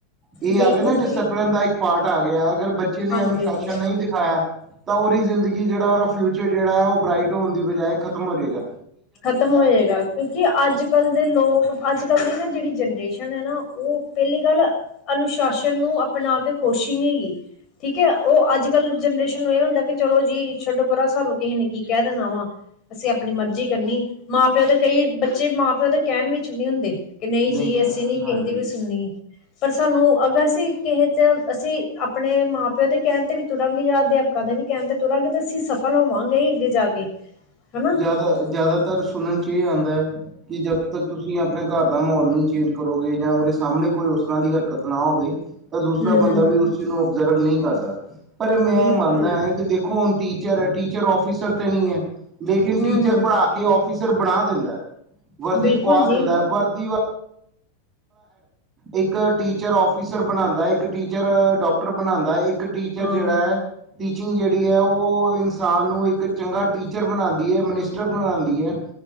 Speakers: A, on the right; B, on the left.
A: ਏ
B: ਬਿਲਕੁਲ
A: ਆਗੇਆ ਨਾ ਡਿਸਪਲ
B: ਜੀ
A: ਦਾ ਇੱਕ ਪਾਰਟ ਆ ਗਿਆ ਅਗਰ ਬੱਚੇ ਨੇ
B: ਹਾਂਜੀ
A: ਅਨੁਸ਼ਾਸ਼ਨ
B: ਹਾਂਜੀ
A: ਨਈ ਦਿਖਾਇਆ ਤਾਂ ਓਦੀ ਜ਼ਿੰਦਗੀ ਜੇੜਾ ਓਦਾ ਫਿਊਚਰ ਜੇੜਾ ਓ ਬ੍ਰਾਈਟ ਹੋਣ ਦੀ ਬਜਾਏ ਖ਼ਤਮ ਹੋ ਜੇਗਾ।
B: ਖਤਮ ਹੋਏਗਾ ਕਿਉਂਕਿ ਅੱਜ ਕੱਲ ਦੇ ਲੋਕ ਅੱਜ ਕੱਲ ਦੀ ਨਾ ਜੇੜੀ ਜਨਰੇਸ਼ਨ ਐ ਨਾ ਓ ਪੈਲੀ ਗੱਲ ਅਨੁਸ਼ਾਸ਼ਨ ਨੂੰ ਅਪਨਾ ਕੇ ਖੁਸ਼ ਈ ਨੀਗੀ। ਠੀਕ ਐ ਓ ਅੱਜ ਕੱਲ ਜਨਰੇਸ਼ਨ ਨੂੰ ਏ ਹੁੰਦਾ ਕਿ ਚਲੋ ਜੀ ਛੱਡੋ ਪਰਾਂ ਸਾਨੂੰ ਕਿਹੇ ਨੇ ਕੀ ਕੈ ਦੇਣਾ ਵਾ ਅਸੀ ਆਪਨੀ ਮਰਜੀ ਕਰਨੀ ਮਾਂ ਪਿਓ ਤੇ ਕਈ ਬੱਚੇ ਮਾਂ ਪਿਓ ਦੇ ਕੈਣ ਵਿੱਚ ਵੀ ਨੀ ਹੁੰਦੇ। ਕੇ ਨਈ ਜੀ
A: ਨਹੀਂ
B: ਅਸੀ ਨੀ
A: ਹਾਂਜੀ
B: ਕਿਹੇ ਦੀ ਵੀ ਸੁਣਨੀ ਪਰ ਸਾਨੂੰ ਅਗਰ ਅਸੀ ਕਿਸੇ ਚ ਅਸੀ ਆਪਣੇ ਮਾਂ ਪਿਓ ਦੇ ਕੈਣ ਤੇ ਵੀ ਤੁਰਾਂਗੇ ਯਾ ਅਧਿਆਪਕਾਂ ਦੇ ਵੀ ਕੈਣ ਤੇ ਤੁਰਾਂਗੇ ਤੇ ਅਸੀ ਸਫ ਲ ਹੋਵਾਂਗੇ ਈ ਅੱਗੇ ਜਾ ਕੇ ਹਨਾ
A: ਜਆਦਾ ਏ ਜਆਦਾਤਰ ਸੁਣਨ ਚ ਏ ਆਂਦਾ ਏ ਕਿ ਜਬ ਤੱਕ ਤੁਸੀ ਆਪਣੇ ਘਰ ਦਾ ਮੋਲ ਨਈ ਚੇਂਜ ਕਰੋਗੇ ਜਾਂ ਉਰੇ ਸਾਮਣੇ ਕੋਈ ਉਸ ਤਰ੍ਹਾਂ ਦੀ ਹਰਕਤ ਨਾ ਹੋਵੇ ਤਾ ਦੂਸਰਾ
B: ਹਮ ਹਮ
A: ਬੰਦਾ ਵੀ ਉਸ ਓਬਜ਼ਰਵ ਨਈ ਕਰਦਾ ਪਰ ਮੈਂ
B: ਬਿਲਕੁਲ
A: ਮੰਨਦਾ
B: ਜੀ
A: ਆਂ ਕਿ ਦੇਖੋ ਹੁਣ ਟੀ ਟੀਚਰ ਐ ਟੀਚਰ ਓਫੀਸਰ ਤੇ ਨਈ ਐ ਲੇਕਿਨ
B: ਹੂੰ-ਹੂੰ
A: ਟੀਚਰ ਪੜਾ ਕੇ ਓਫੀਸਰ ਬਣਾ ਦੇਂਦੈ। ਵਰਦੀ
B: ਬਿਲਕੁਲ
A: ਪੁਆ
B: ਜੀ
A: ਦਿੰਦਾ ਏ ਵਰਦੀ ਵ ਇੱਕ ਟੀਚਰ ਔਫਿਸਰ ਬਣਾਂਦਾ, ਇੱਕ ਟੀਚਰ ਡਾਕਟਰ ਬਣਾਂਦਾ ਇੱਕ ਟੀਚਰ
B: ਹਾਂ
A: ਜੇੜਾ ਏ ਟੀਚਿੰਗ ਜੇੜੀ ਐ ਓ ਇਨਸਾਨ ਨੂੰ ਇੱਕ ਚੰਗਾ ਟੀਚਰ ਬਨਾਂਦੀ ਐ ਮਨਿਸਟਰ ਬਨਾਂਦੀ ਐ।